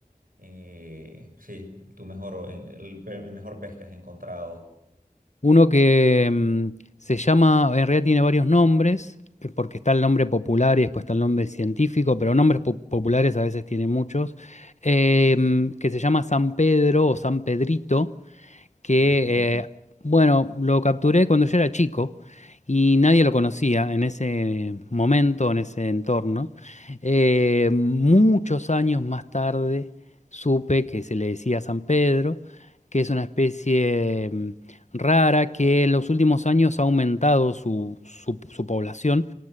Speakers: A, on the right; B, on the left.
A: eh, sí, tu mejor, el, el mejor pez que has encontrado?
B: Uno que mm, se llama, en realidad tiene varios nombres, eh, porque está el nombre popular y después está el nombre científico, pero nombres po- populares a veces tiene muchos, eh, mm, que se llama San Pedro o San Pedrito, que,
A: Ujú.
B: eh, bueno, lo capturé cuando yo era chico y nadie lo conocía en ese momento, en ese entorno. Eh, muchos años más tarde supe que se le decía San Pedro, que es una especie mm, rara que en los últimos años ha aumentado su, su- su población,